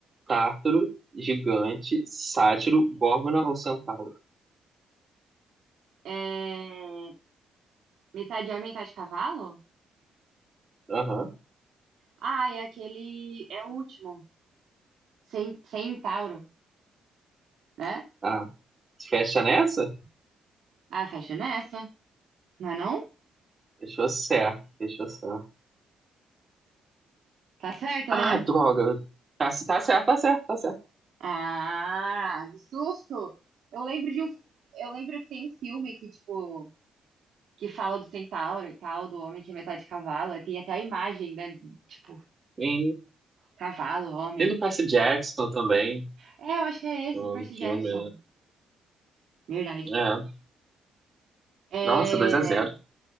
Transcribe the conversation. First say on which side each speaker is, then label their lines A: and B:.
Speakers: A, on the right; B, on the right.
A: Tártaro, gigante, sátiro, górgona ou centauro?
B: É... Metade homem, metade cavalo?
A: Aham.
B: Ah, é aquele. É o último. Cen- Centauro, né?
A: Ah, fecha nessa?
B: Ah, fecha nessa. Não é não?
A: Fechou certo. Fechou certo.
B: Tá certo,
A: Ah,
B: né?
A: droga. Tá, tá certo, tá certo, tá certo.
B: Ah, que susto! Eu lembro de um, eu lembro que tem um filme que tipo que fala do centauro e tal, do homem que é metade cavalo, aí tem até a imagem, né, tipo
A: Sim.
B: cavalo, homem.
A: Tem do Percy Jackson também,
B: É, eu acho que é esse,
A: no,
B: do Percy
A: no
B: Jackson.
A: filme,
B: Verdade.
A: né? É.
B: É,
A: Nossa, dois a zero